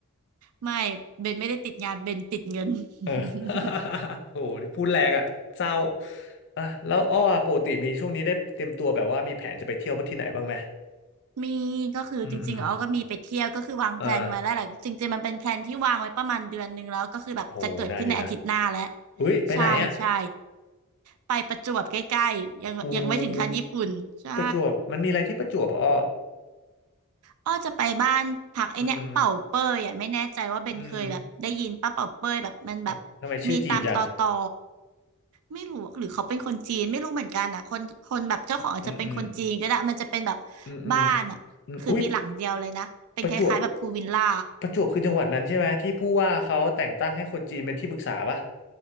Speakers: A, on the right; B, on the left.
A: ไม่เบนไม่ได้ติดงานเบนติดเงิน <laughs>
B: เออ <laughs> โหพูดแรงอ่ะเศร้าอ่ะแล้วอ้ออะปกติมีช่วงนี้ได้เตรียมตัวแบบว่ามีแผนจะไปเที่ยวที่ไหนบ้างไหม
A: มีก็คือจริงๆอ้อก็มีไปเที่ยวก็คือวางแพลนไว้แล้วแหละจริงๆมันเป็นแพลนที่วางไว้ประมาณเดือนหนึ่งแล้วก็คือแบบจะเกิดขึ้นในอาทิตย์หน้าแล้ว
B: อืมอืมอ่าโหนานอยู่นะอุ้ยไปไหนอ่ะ
A: ใช่ใช่ไปประจวบใกล้ๆยังยังไม่ถึงขั้นญี่ปุ่นใช่
B: อูประจวบมันมีอะไรที่ประจวบอ่ะอ้อ
A: อ้อจะไปบ้านพักไอเนี่ยเป่าเป้ยอ่ะไม่แน่ใจว่าเบนเคยแบบได้ยินป้าเป่าเป้ยแบบมันแบบ
B: อืมอืมครับทำไมชื่อจีนจัง
A: มีตามตอตอไม่รู้หรือเขาเป็นคนจีนไม่รู้เหมือนกันอ่ะคนคนแบบเจ้าของอาจจะเป็นคนจีนก็ได้มันจะเป็นแบบ
B: อืมอืมอืมอืม
A: บ้านอ่ะคือมีหลังเดียวเลยนะเป็นคล้ายๆแบบพูลวิลล่า
B: อืมอุ้ยประจวบประจวบคือจังหวัดนั้นใช่ไหมที่ผู้ว่าเขาแต่งตั้งให้คนจีนเป็นที่ปรึกษาป่ะ